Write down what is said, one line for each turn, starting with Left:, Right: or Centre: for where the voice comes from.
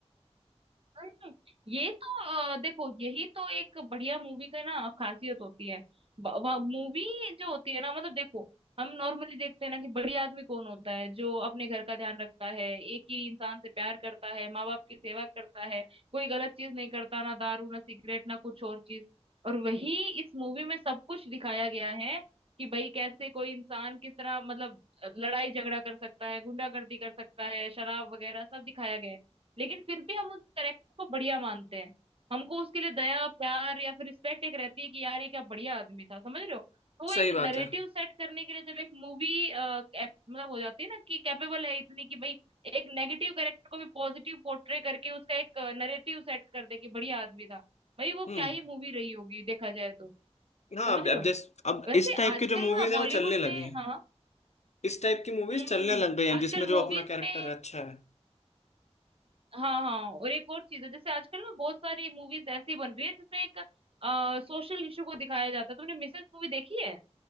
Right: हम्म, ये तो अ, देखो यही तो एक बढ़िया मूवी का ना खासियत होती है मूवी जो होती है ना मतलब देखो हम नॉर्मली देखते हैं ना कि बड़ी आदमी कौन होता है जो अपने घर का ध्यान रखता है एक ही इंसान से प्यार करता है माँ बाप की सेवा करता है कोई गलत चीज नहीं करता ना दारू ना सिगरेट ना कुछ और चीज और वही इस मूवी में सब कुछ दिखाया गया है कि भाई कैसे कोई इंसान किस तरह मतलब लड़ाई झगड़ा कर सकता है गुंडागर्दी कर सकता है शराब वगैरह सब दिखाया गया है लेकिन फिर भी हम उस करेक्टर को बढ़िया मानते हैं हमको उसके लिए दया प्यार या फिर रिस्पेक्ट एक रहती है कि यार ये क्या बढ़िया आदमी था समझ रहे हो तो वो
Left: सही
Right: एक
Left: बात
Right: नरेटिव
Left: है
Right: सेट करने के लिए जब एक मूवी मतलब हो जाती है ना कि कैपेबल है इतनी कि भाई एक नेगेटिव कैरेक्टर को भी पॉजिटिव पोर्ट्रे करके उसका एक नरेटिव सेट कर दे कि बढ़िया आदमी था भाई वो
Left: हम्म
Right: क्या ही मूवी रही होगी देखा जाए तो
Left: हाँ
Right: समझ
Left: अब
Right: रहे
Left: अब
Right: हो
Left: जैस अब
Right: वैसे
Left: इस टाइप
Right: आजकल
Left: की जो मूवीज
Right: ना
Left: है
Right: बॉलीवुड
Left: वो चलने लगी
Right: में
Left: हैं
Right: हाँ
Left: इस टाइप की मूवीज
Right: हम्म
Left: चलने
Right: हम्म हम्म,
Left: लग गई हैं
Right: आजकल
Left: जिसमें जो
Right: मूवीज
Left: अपना कैरेक्टर
Right: में
Left: है अच्छा है
Right: हाँ हाँ और एक और चीज है जैसे आजकल ना बहुत सारी मूवीज ऐसी बन रही है जिसमें एक सोशल इशू को दिखाया जाता है तुमने मिसेस मूवी देखी है